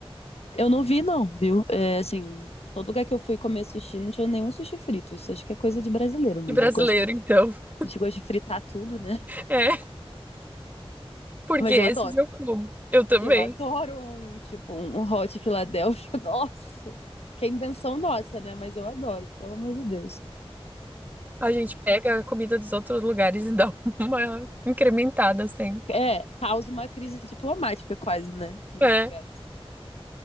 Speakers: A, on the left; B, on the right.
A: Eu não vi, não, viu? É, assim, todo lugar que eu fui comer sushi não tinha nenhum sushi frito. Isso acho que é coisa de brasileiro mesmo,
B: De brasileiro, então. <laughs>
A: A gente gosta de fritar tudo, né?
B: É, porque
A: Mas eu adoro.
B: esses eu como. Eu também.
A: Eu adoro um, tipo, um hot Philadelphia. <laughs> Nossa, que é invenção nossa, né? Mas eu adoro, pelo amor de Deus.
B: A gente pega a comida dos outros lugares e dá <laughs> uma incrementada sempre.
A: É, causa uma crise diplomática quase, né? Com
B: É.
A: os lugares.